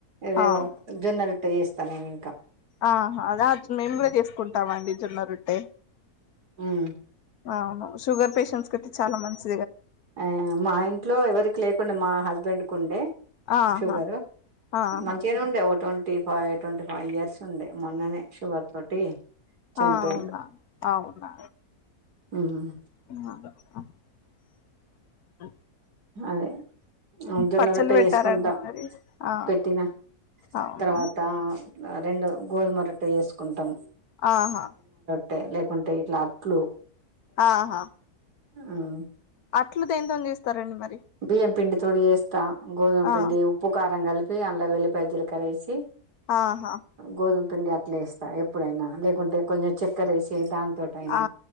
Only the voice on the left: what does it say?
అవును
ఆహా అదా మేము కూడా చేసుకుంటాము అండి జొన్న రొట్టె
అవును షుగర్ పేషెంట్స్కైతే అయితే చాలా మంచి
ఆహా
ఆహా
ఆ అవునా అవునా
<inaudible> అ
పచ్చళ్ళు
పెట్టారండి
మరి ఆ
అవునా
ఆహా
ఆహా
అట్లు దెంతోని చేస్తారండి మరి
ఆ
ఆహా
ఆ